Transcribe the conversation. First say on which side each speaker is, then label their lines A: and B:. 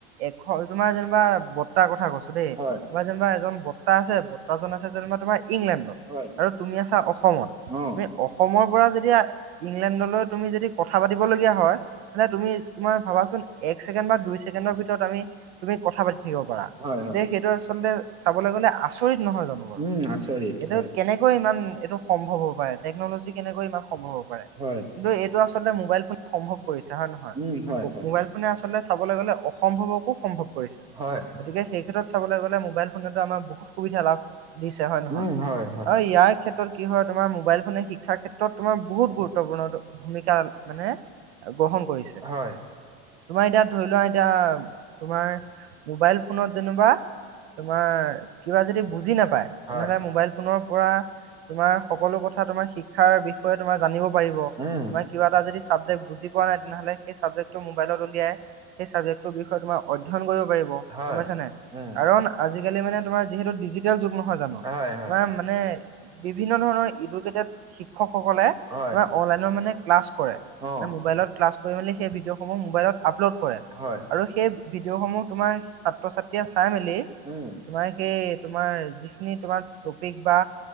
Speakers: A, on the right; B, on the right.
A: এ তোমাৰ যেনিবা বৰ্তাৰ কথা কৈছো দেই।
B: হয়।
A: তোমাৰ যেনিবা এজন বৰ্তা আছে ব্তাজন আছে যেনিবা তোমাৰ ইংলেণ্ডত,
B: হয়
A: আৰু তুমি আছা অসমত।
B: অ
A: তুমি অসমৰ পৰা যেতিয়া ইংলেণ্ডলৈ তুমি যদি কথা পাতিবলগীয়া হয় মানে তুমি তোমাৰ ভাবাচোন, এক ছেকেণ্ড বা দুই ছেকেণ্ডৰ ভিতৰত আমি তুমি কথা পাতি থাকিব পাৰা। এতিয়া
B: হয় হয় হয়।
A: সেইটো আচলতে চাবলৈ গলে আচৰিত নহয় জানো, বাৰু
B: উম আচৰিত
A: এইটো
B: হয়।
A: কেনেকৈ ইমান এইটো সম্ভৱ হ'ব পাৰে। টেকন'লজি কেনেকৈ ইমান সম্ৱ হ'ব পাৰে।
B: হয়
A: কিন্ত এইটো আচলতে মোবাইল ফোন সম্ভৱ কৰিছে হয় নহয়?
B: উম হয় হয়।
A: মোবাইল ফোনে আচলতে চাবলৈ গ'লে অসম্ভৱকো সম্ভৱ কৰিছে।
B: হয়।
A: গতিকে সেই ক্ষেত্ৰত চাবলৈ গ'লে মোবাইল ফোনত আমাৰ বহুত সুবিধা লাভ দিছে হয় নহয়?
B: উম হয়
A: আৰু ইয়াৰ ক্ষেত্ৰত কি হয় তোমাৰ মোবাইল ফোনে শিক্ষাৰ ক্ষেত্ৰত তোমাৰ বহুত গুৰুত্বপূৰ্ণ ভূমিকা মানে গ্ৰহণ কৰিছে।
B: হয়। হয়।
A: তোমাৰ এতিয়া ধৰি লোৱা এতিয়া তোমাৰ মোবাইল ফোনত যেনিবা তোমাৰ কিবা যদি বুজি নাপায়, তেনেহ'লে
B: হয়।
A: মোবাইল ফোনৰ পৰা তোমাৰ সকলো কথা তোমাৰ শিক্ষাৰ বিষয়ে তোমাৰ জানিব পাৰিব,
B: উম।
A: তোমাৰ কিবা এটা যদি চাবজেক বুজি পোৱা নাই তেনেহ'লে, সেই চাবজেক্টো মোবাইলত উলিয়াই সেই চাবজেক্টটোৰ বিষয়ে তোমাৰ অধ্যয়ন কৰিব পাৰিব,
B: হয়,
A: গম পাইছনে নাই
B: উম,
A: কাৰণ আজি কালি মানে তোমাৰ যিহেতু ডিজিতেল যোগ নহয় জানো?
B: হয়,
A: তোমাৰ
B: হয়।
A: মানে বিভিন্ন ধৰণৰ এইটোত শিক্ষকসকলে
B: হয়,
A: অনলায়নত মানে ক্লাছ কৰে। মানে
B: অ'।
A: মোবাইলত ক্লাস কৰি মেলি সেই ভিডিঅ'সমূহ মোবাইলত আপলোড কৰে।
B: হয়,
A: আৰু সেই ভিডিঅ'সমূহ তোমাৰ ছাত্ৰ ছাত্ৰীয়ে চাই মেলি
B: উম,
A: তোমাৰ সেই তোমাৰ যিখিনি তোমাৰ টপিক বা